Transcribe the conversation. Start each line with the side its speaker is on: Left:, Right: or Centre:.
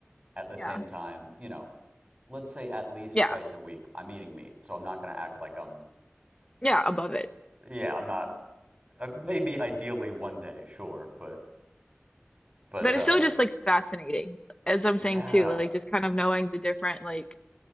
Right: at the
Left: Yeah.
Right: same time, you know, let's say at least
Left: Yeah.
Right: twice a week I'm eating meat, so I'm not going to act like I'm
Left: Yeah, above it.
Right: yeah, I'm not uh, maybe ideally one day, sure, but but
Left: But
Right: uh
Left: it's still just like fascinating, as I'm
Right: yeah,
Left: saying too, like just kind of knowing the different like